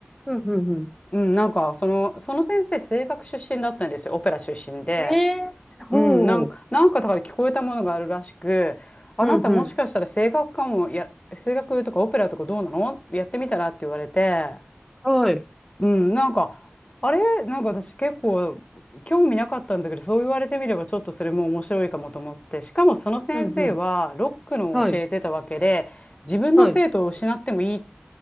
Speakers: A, in the centre; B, on the left (about 30°).
A: うんうんう
B: うん、なんか、その、その先生、声楽出身だったんですよ、オペラ出身で。
A: ん。えー。ほう。
B: うん、なんか、なんかだから聞こえたものがあるらしく、あなたもしかしたら声楽かも、
A: うんうん。
B: や、声楽とかオペラとかどうなのやってみたらって言われて、
A: はい。
B: うん、なんか、あれなんか私結構興味なかったんだけど、そう言われてみればちょっとそれも面白いかもと思って、しかもその先生はロックのを教えてたわけで、
A: うんうん。はい。
B: 自分の生徒を失ってもいいっ
A: はい。